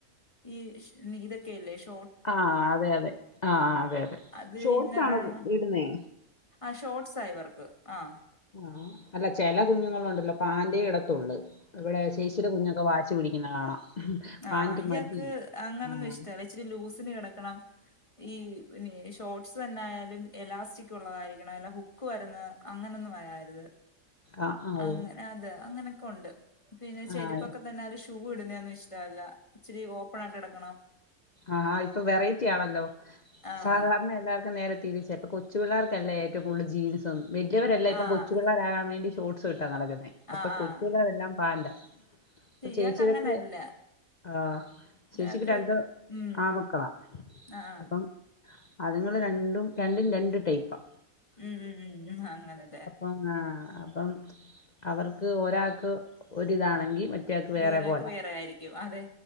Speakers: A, on the left (about 25°); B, on the left (about 45°).
A: ഈ ഇതൊക്കെല്ലേ ഇഷ്
B: ആ അതെ അതെ ആ അതെ അതെ
A: അത്
B: ഷോർട്ടസ്
A: ഇന്നറാണ്
B: ആണോ ഇടുന്നേ
A: ആ ഷോർട്സ ഇവർക്ക് ആ
B: ആ അല്ല ചില കുഞ്ഞുങ്ങള ഉണ്ടല്ലോ പാന്റെ ഇടത്തുള്ളു ഇവിടെ ചേച്ചിയുടെ കുഞ്ഞൊക്കെ വാശിപിടി ഇങ്ങനെ കാണാം
A: ആ
B: പാന്റ്
A: ഇയാക്ക്
B: മതി
A: അങ്ങനൊന്നും
B: ആഹ്
A: ഇഷ്ടല്ല ഇച്ചിരി ലൂസ് ട്ടിന് കിടക്കണം ഈ നേഷ് ഷോർട്സ് തന്നെ ആയാലും എലാസ്റ്റിക് ഉള്ളതായിരിക്കണം അല്ല ഹുക്ക് വരുന്നത് അങ്ങനെയൊന്നും വരാരുത്
B: ആഹ് ആഹ്
A: അങ്ങനെ
B: ഓ
A: അതെ അങ്ങനെ ഉണ്ട് പിന്നെ ചെരിപ്പൊക്കെ
B: ആഹ്
A: തന്നാലും ഷു ഷൂ ഇടുന്നൊന്നും ഇഷ്ടല്ല ഇച്ചിരി ഓപ്പൺ ആയിട്ട് കിടക്കണം
B: ആ ആ ഇപ്പൊ വെറൈറ്റി ആണല്ലോ
A: ആഹ്
B: സാധാരണ എല്ലാവർക്കും നേരെ കൊച്ചു പിള്ളേർക്കല്ല ഏറ്റവും കൂടുതൽ ജീൻസ് വലിയവരല്ല ഇപ്പം
A: ആഹ്
B: കൊച്ചുള്ളേരാകൻ വേണ്ടി <unintelligible> നടക്കുന്നെ അപ്പൊ
A: ആഹ് ആഹ്
B: കൊച്ചുപിള്ളേരെല്ലാം പാല ചേച്ചിയൊക്കെ
A: ഇയാക്ക് അങ്ങനല്ല
B: ആ ചേച്ചിക്ക്
A: ഇയാക്ക്
B: രണ്ടോ
A: ഉം
B: ആ മക്കളാ
A: ആഹ് ആഹ്
B: അപ്പം അതുങ്ങൾ രണ്ടും രണ്ടും രണ്ടും ടൈപ്പാ
A: ഉം ഉം ഉം ഉ അങ്ങനെലെ
B: അപ്പം ആ അപ്പം അവർക്ക് ഒരാക്ക് ഒര് ഇതാണെങ്കി മറ്റയാക്ക്
A: വേറെയാക്ക്
B: വേറെ പോല
A: ആയിരിക്കും അതെ